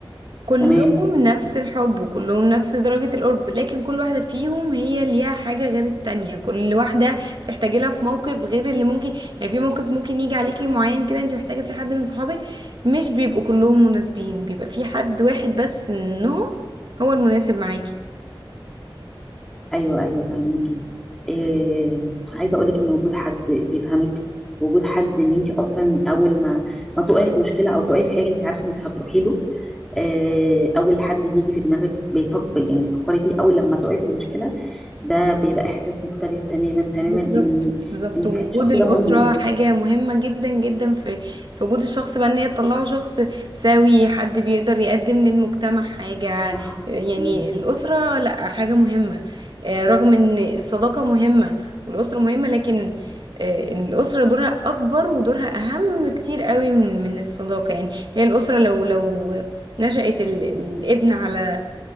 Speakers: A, on the right; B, in the centre.
A: كلهم
B: تمام
A: نفس الحب وكلهم نفس درجة القرب لكن كل واحدة فيهم هي ليها حاجة غير التانية كل واحدة بتحتاجي لها في موقف غير اللي ممكن يعني في موقف ممكن يجي عليكي معين كده انت محتاجة في حد من صحابك مش بيبقوا كلهم مناسبين بيبقى في حد واحد بس منهم هو المناسب معاكي
B: ايوه ايوه فاهميكي آه، عايزه اقول لك ان وجود حد بيفهمك وجود حد ان انت اصلا اول ما ما تقعي في مشكله او تقعي في حاجه انت عارفه انت هتروحي له آه، اول حد بيجي في دماغك بيفكر يعني بتفكري فيه اول لما تقعي في المشكله ده بيبقى احساس مختلف تماما تماما
A: بالظبط
B: ان
A: بالظبط
B: ان كفايه
A: ووجود
B: الشخص
A: الأسرة
B: ده موجود
A: حاجة مهمة جدا جدا في في وجود الشخص بقى ان هي تطلعه شخص سوي حد بيقدر يقدم للمجتمع حاجة
B: صح
A: يعني
B: مم.
A: الأسرة لأ حاجة مهمة آه، رغم ان الصداقة مهمة والأسرة مهمة لكن آه، الأسرة دورها أكبر ودورها أهم كتير قوي من من الصداقة يعني هي الأسرة لو لو نشأت ال- الابن على